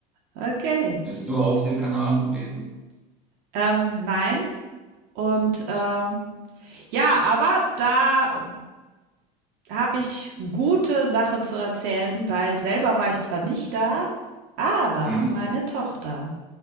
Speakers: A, on the right (about 65°); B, in the centre.
A: Okay.
B: Bist du auf den Kanaren gewesen?
A: Ähm, nein. Und, ähm, ja, aber da habe ich gute Sachen zu erzählen, weil selber war ich zwar nicht da, aber
B: Mhm.
A: meine Tochter